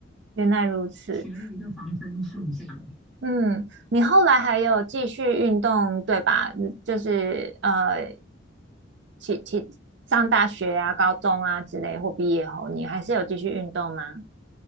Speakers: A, on the right; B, in the centre.
A: 原来如此。
B: 学了一个防身术这样。
A: 嗯，你后来还有继续运动，对吧？嗯就是呃，起起上大学啊、高中啊之类，或毕业后，你还是有继续运动吗？